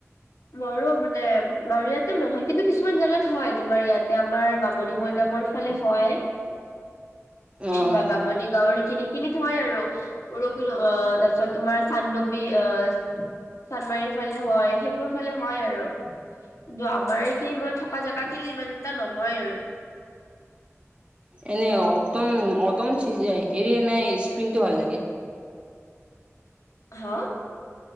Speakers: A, on the left; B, on the right.
A: মৰো মানে আৰু ইয়াতে নহয় কিন্তু কিছুমান জেগাত হয় তোমাৰ ইয়াতে আমাৰ বামনী মৈদাম আমাৰ ফালে হয়
B: অ'
A: বা বামণি গাঁওৰ সে খিনি হেখিনি হয় আৰু বৰষুণ অ তাৰ পিছত তোমাৰ চান্দৱী অহ চান্দমাৰীৰ ফালে হয় সেইবোৰ ফালে হয় আৰু কিন্তু আমাৰ এইখিনি মই থকা জেগা খিনি ইমান এটা নহয় আৰু
B: এনেই অটম অটম চিজি হেৰি নে স্প্ৰিংটো ভাল লাগে
A: হা